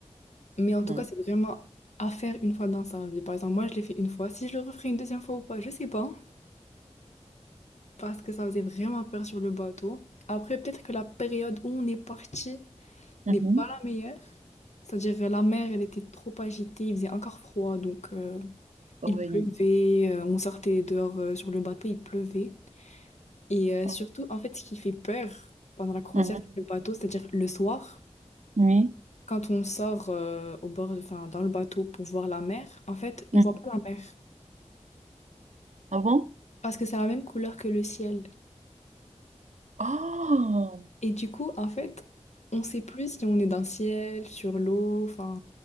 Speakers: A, on the left; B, on the right.
A: Mais en tout
B: Hmm.
A: cas, c'est vraiment à faire une fois dans sa vie. Par exemple, moi, je l'ai fait une fois. Si je le referai une deuxième fois ou pas, je sais pas. Parce que ça faisait vraiment peur sur le bateau. Après, peut-être que la période où on est parti
B: Mhm.
A: n'est pas la meilleure. C'est-à-dire, la mer, elle était trop agitée, il faisait encore froid, donc... euh,
B: Oui.
A: Il pleuvait, euh, on sortait dehors euh, sur le bateau, il pleuvait. Et euh,
B: Oh.
A: surtout, en fait, ce qui fait peur pendant la croisière
B: Mhm.
A: sur le bateau, c'est-à-dire le soir,
B: Oui.
A: quand on sort euh, au bord, enfin, dans le bateau pour voir la mer, en fait,
B: Mhm.
A: on voit pas la mer
B: Ah bon?
A: parce que c'est la même couleur que le ciel.
B: Oh!
A: Et du coup, en fait, on sait plus si on est dans le ciel, sur l'eau, enfin,